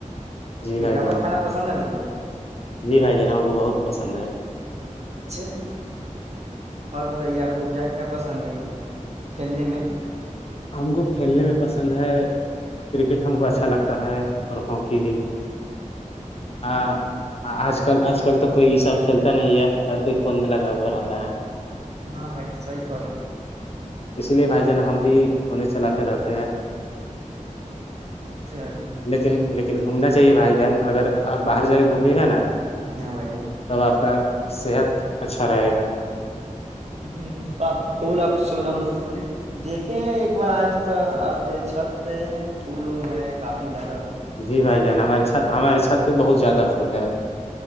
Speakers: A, on the left; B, on the right.
A: جی
B: گول
A: بھائی
B: گپا
A: جان
B: کھانا پسند ہے بھائی جان
A: جی بھائی جان ہم کو بہت پسند ہے
B: اچھا اور بتائیے آپ کو کیا کیا پسند ہے کھیلنے میں <inaudible>
A: ہم کو کھیلنے میں پسند ہے کرکٹ ہم کو اچھا لگتا ہے اور ہاکی بھی ہ اچھ <unintelligible> کل آج کل تو کوئی یہ سب کھیلتا نہیں ہے اور کوئی فون میں لگا ہوا رہتا ہے
B: ہاں بائی سی کرے
A: اس لیے بھائی جان ہم بھی اننے چلاتے رہتے ہیں
B: چلیے
A: لیکن لیکن گھومنا چاہیے بھائی ی اگر آپ باہر جا کے گھمیے گا نا
B: ہاں بھائی جان
A: تب آپ کا صحت اچھا رہے گا
B: ہ آپ پھول آپ ہم سنے دیکھے ایک بار آئے تھے تو آپ کے چھت پہ پھول وول ہے کافی لگ
A: جی بھائی جان ہمارےھ ہمارے ساتھ تو بہت زیادہ پھول ہے